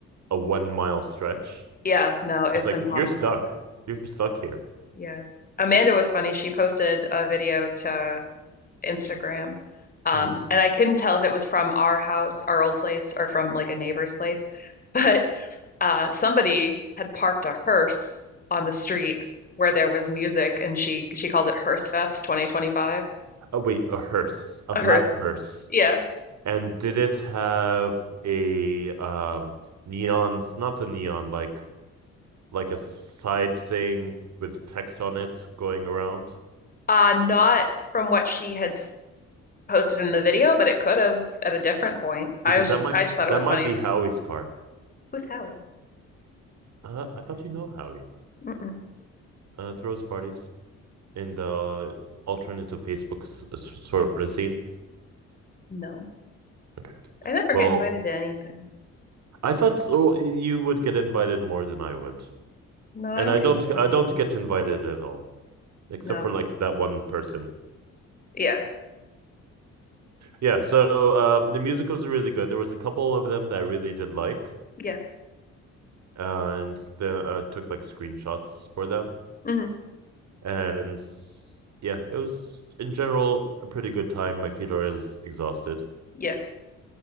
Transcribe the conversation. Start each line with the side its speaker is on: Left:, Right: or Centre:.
Right: a one mile stretch.
Left: Yeah. No, it's
Right: It's like,
Left: impossible.
Right: you're stuck. You're stuck here.
Left: Yeah. Amanda was funny. She posted a video to Instagram. Um,
Right: Hmm.
Left: and I couldn't tell if it was from our house, our old place, or from like a neighbor's place. <laughs> But uh somebody had parked a hearse on the street where there was music and she she called it Hearse Fest 2025.
Right: Oh, wait, a hearse, a
Left: A
Right: black
Left: hearse.
Right: hearse.
Left: Yeah.
Right: And did it have a um neon, not a neon, like like a side thing with text on it going around?
Left: Uh, not from what she had posted in the video, but it could have at a different point. I
Right: Because
Left: was
Right: that
Left: just,
Right: might
Left: I just thought
Right: that
Left: it was
Right: might
Left: funny.
Right: be Howie's car.
Left: Who's Howie?
Right: Uh, I thought you know Howie.
Left: Mm-mm,
Right: Uh, throws parties in the alternative Facebook s- sort of scene.
Left: no,
Right: Okay.
Left: I never
Right: Well,
Left: get invited to anything.
Right: I thought so, you would get invited more than I would,
Left: No, I
Right: and
Left: don't
Right: I
Left: get
Right: don't.
Left: invited.
Right: I
Left: to
Right: don't
Left: anything.
Right: get invited at all, except
Left: No,
Right: for like that one person.
Left: yeah,
Right: Yeah. So um, the music was really good. There was a couple of them that I really did like,
Left: yeah,
Right: uh, and then I took like screenshots for them.
Left: hmm
Right: And yeah, it was in general a pretty good time. My Peter is exhausted,
Left: yeah,